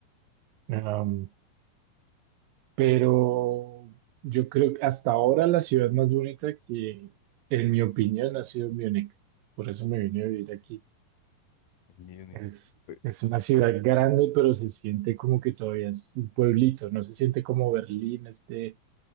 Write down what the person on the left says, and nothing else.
En Múnich.
Re-